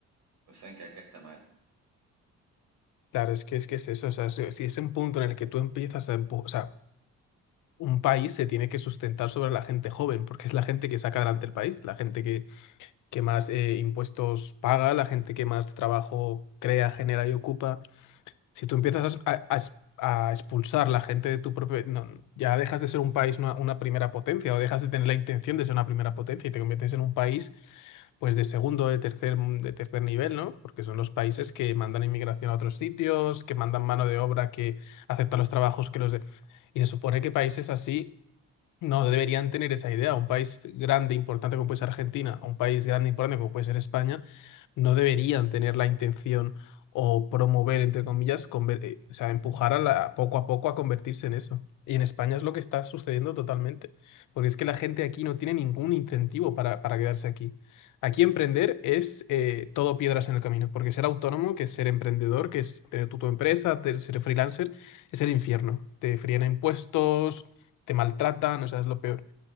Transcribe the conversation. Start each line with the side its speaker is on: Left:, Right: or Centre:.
Right: pues saben que acá está mal.
Left: claro, es que es que es eso. O sea, si, si es un punto en el que tú empiezas a empu- o sea, un país se tiene que sustentar sobre la gente joven, porque es la gente que saca adelante el país, la gente que, que más eh, impuestos paga, la gente que más trabajo crea, genera y ocupa. Si tú empiezas a, a- a expulsar la gente de tu propio... no, ya dejas de ser un país, una, una primera potencia, o dejas de tener la intención de ser una primera potencia y te conviertes en un país, pues, de segundo, de tercer, de tercer nivel, ¿no? Porque son los países que mandan inmigración a otros sitios, que mandan mano de obra, que aceptan los trabajos que los de... Y se supone que países así no deberían tener esa idea. Un país grande, e importante como puede ser Argentina, un país grande, e importante como puede ser España, no deberían tener la intención o promover, entre comillas, conver- eh, o sea, empujar a la- poco a poco a convertirse en eso. Y en España es lo que está sucediendo totalmente, porque es que la gente aquí no tiene ningún incentivo para, para quedarse aquí. Aquí emprender es eh, todo piedras en el camino, porque ser autónomo, que es ser emprendedor, que es tener tu, tu empresa, te- ser freelancer, es el infierno. Te fríen a impuestos te maltratan, o sea, es lo peor.